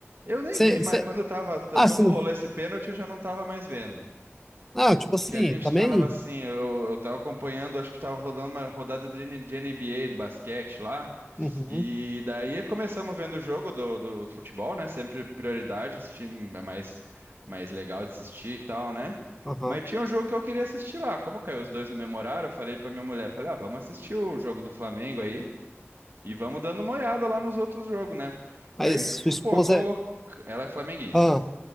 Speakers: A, on the right; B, in the centre.
A: Eu nem
B: Você,
A: vi, mas
B: você,
A: quando eu tava,
B: ah,
A: quando
B: você não,
A: rolou esse pênalti, eu já não tava mais vendo.
B: ah, tipo
A: É
B: assim,
A: que a gente
B: também.
A: tava assim, eu, eu tava acompanhando, acho que tava rodando uma rodada de, N- de NBA do basquete lá.
B: Uhum,
A: E daí começamos vendo o jogo do, do futebol, né? Sempre prioridade, assistir é mais, mais legal de assistir e tal, né?
B: aham.
A: Mas tinha um jogo que eu queria assistir lá. Como caiu os dois no mesmo horário, eu falei pra minha mulher, falei, ah, vamos assistir o jogo do Flamengo aí e vamos dando uma olhada lá nos outros jogos, né?
B: Mas
A: Aí,
B: sua esposa
A: pô, colo...
B: é.
A: ela é flamenguista.
B: Ah,